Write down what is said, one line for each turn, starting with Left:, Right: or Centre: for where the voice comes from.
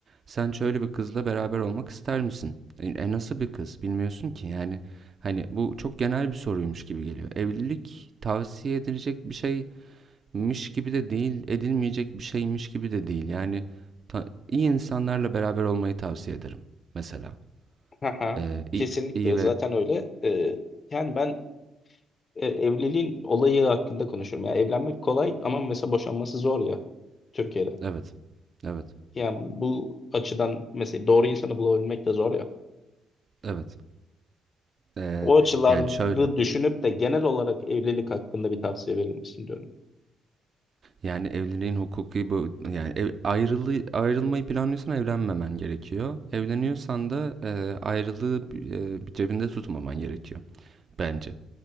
Right: Sen şöyle bir kızla beraber olmak ister misin? E, e, nasıl bir kız bilmiyorsun ki. Yani hani bu çok genel bir soruymuş gibi geliyor. Evlilik tavsiye edilecek bir şey miş gibi de değil, edilmeyecek bir şeymiş gibi de değil. Yani ta- iyi insanlarla beraber olmayı tavsiye ederim mesela.
Left: Haha,
Right: Ee, iyi,
Left: Kesinlikle
Right: iyi ve
Left: zaten öyle. Ee, yani ben e, evliliğin olayı hakkında konuşuyorum. Yani evlenmek kolay ama mesela boşanması zor ya Türkiye'de.
Right: evet, evet,
Left: Yani bu açıdan mesela doğru insanı bulabilmek de zor ya.
Right: evet. Ee,
Left: O açıları
Right: yani şöyle,
Left: düşünüp de genel olarak evlilik hakkında bir tavsiye verir misin diyorum.
Right: yani evliliğin hukuki bu yani ev, ayrılı ayrılmayı planlıyorsan evlenmemen gerekiyor. Evleniyorsan da e, ayrılığı e, cebinde tutmaman gerekiyor bence.